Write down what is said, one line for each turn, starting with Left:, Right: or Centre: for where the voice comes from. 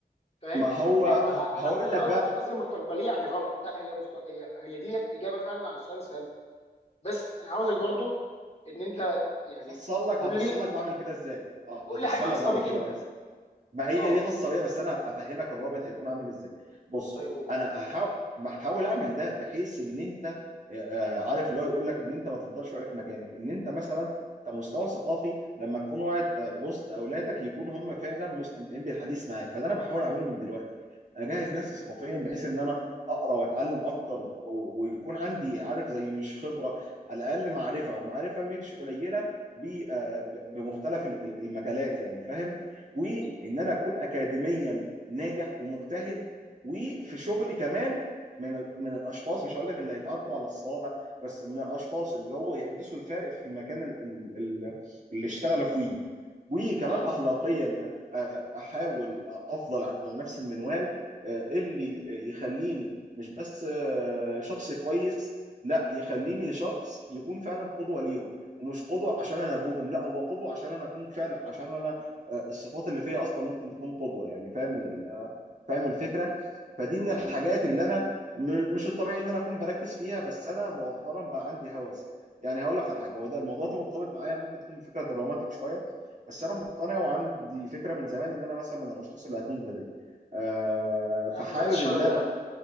Left: فاهم
Right: ما هو ه-
Left: او ما
Right: هقول
Left: انا انا
Right: لك
Left: قص-
Right: بقى
Left: مش قصدي مستقبليه يعني غلط لا هي مست... هي هي ديت اجابه فعلا عن السؤال اللي سالته بس انا عاوزك برضو ان انت يعني
Right: هفصل لك
Left: قول
Right: هفصل
Left: لي
Right: لك بعمل كده ازاي ه-
Left: قول
Right: هفصل
Left: لي حاجه خاصه
Right: لك بعمل
Left: بيك
Right: كده
Left: انت
Right: بقى ازاي ما هي
Left: اه
Right: دي خاصه بيا بس انا افهمك الرابط هيكون عامل ازاي بص
Left: طيب قول
Right: انا هحاول بحاول اعمل ده بحيث ان انت آه، عارف اللي هو يقول لك ان انت ما تفضلش واقف مكانك ان انت مثلا كمستوى ثقافي لما تكون قاعد آه، وسط اولادك يكونوا هم فعلا مستمتعين بالحديث معاك فده انا بحاول اعمله من دلوقتي اجهز نفسي
Left: مم.
Right: ثقافيا بحيث ان انا اقرا واتعلم اكتر و- ويكون عندي عارف زي مش خبره على الاقل معرفه ومعرفه مش قليله ب- آه، ب- بمختلف ال- ال- المجالات يعني فاهم وان
Left: مم.
Right: انا اكون اكاديميا ناجح ومجتهد وفي شغلي كمان من ال- من الاشخاص مش هقول لك اللي هيتعدوا على الصوابع بس من الاشخاص اللي هو يحدثوا الفارق في المكان ال- ال- ال- اللي اشتغلوا فيه وكمان
Left: مم.
Right: اخلاقيا أك- أ- احاول افضل على نفس المنوال آه، اللي يخليني مش بس آه، شخص كويس لا يخليني شخص يكون فعلا قدوة ليهم ومش قدوة عشان انا ابوهم لا هو قدوة عشان انا اكون فعلا عشان انا آه، الصفات اللي فيا اصلا ممكن تكون قدوه يعني فاهم ال- آه، فاهم الفكره فدي
Left: مم.
Right: من الحاجات
Left: مم.
Right: اللي انا م- مش الطبيعي ان انا اكون بركز فيها بس انا مؤخرا بقى عندي هوس يعني هقول لك على حاجه هو ده الموضوع ده مرتبط معايا ممكن تكون فكره دراماتيك شويه بس انا مقتنع وعندي فكره من زمان ان انا مثلا من الاشخاص اللي هتموت بدري آه
Left: يا عم
Right: فحابب
Left: بعد الشر
Right: ان
Left: يا
Right: انا
Left: عم